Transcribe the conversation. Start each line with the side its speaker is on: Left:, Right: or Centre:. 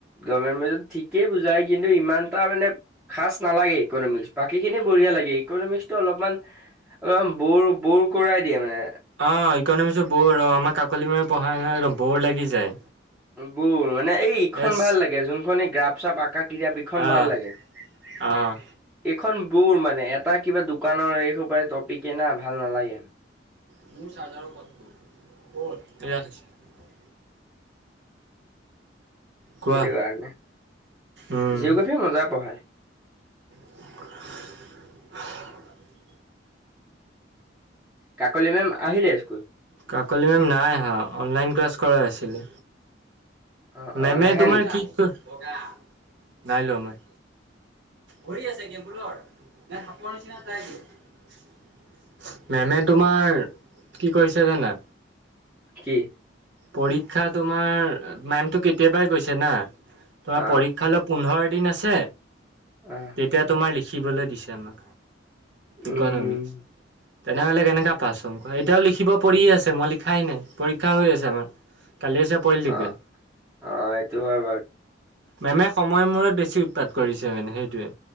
Centre: গভমেণ্ট বাজেত ঠিকেই বুজায়। কিন্তু ইমান এটা মানে খাচ নালাগে ইকনমিক্স। বাকীখিনি বঢ়িয়া লাগে ইকনমিক্সটো অলপমান অলপমান বৌৰ বৌৰ কৰাই দিয়ে মানে।
Right: অ', ইকনমিক্সটো বৌৰ আমাৰ কাকলি মেমে পঢ়ায় হয় একদম বৌৰ লাগি যায়।
Centre: গুৰ মানে এই ইখন
Right: এছ
Centre: ভাল লাগে যোনখনি গ্ৰাপ চাপ আ কাপখন
Right: অ',
Centre: ভাল লাগে।
Right: অ',
Centre: এইখন বৌৰ মানে এটা কিবা দোকানৰ এইসোপায় টপিকে না ভাল নালাগে।
Right: মোৰ চাজাৰ ডাল ক'ত আছিলে, ক'ত? ইয়াত আছিলে। কোৱা
Centre: সেইটো কাৰণে।
Right: উম।
Centre: জিঅ'গ্ৰাফিও মজা পঢ়ায়।
Right: <inaudible>
Centre: কাকলি মেম আহিলে স্কুল?
Right: কাকলি মেম নাই অহা অনলাইন ক্লাছ কৰাই আছিলে।
Centre: অ অ
Right: মেমে
Centre: নাহে
Right: তোমাৰ
Centre: নেকি
Right: কি <unintelligible> নাই লোৱা মই। ভৰি আছে কি কেবুলৰ নে সাপৰ নিচিনা তাই কি মেমে তোমাৰ কি কৰিছে জানা?
Centre: কি?
Right: পৰীক্ষা তোমাৰ মেমতটো কেতিয়াবাই গৈছে না। তোমাৰ
Centre: অ
Right: পৰীক্ষালৈ পোন্ধৰ দিন আছে।
Centre: অ
Right: তেতিয়া তোমাৰ লিখিবলৈ দিছে আমাক। ইকনমিক্স।
Centre: উম
Right: তেনেহ'লে কেনেকুৱা পাছ হ'ম কোৱা? এতিয়াও লিখিব পৰিয়ে আছে মই লিখাই নাই পৰীক্ষা হৈ আছে আমাৰ। কালি আছে পলিটিকেল
Centre: অ', অ' এইটো হয়
Right: মেমে সময় মূৰত বেছি উৎপাত কৰিছে মানে সেইটোৱে।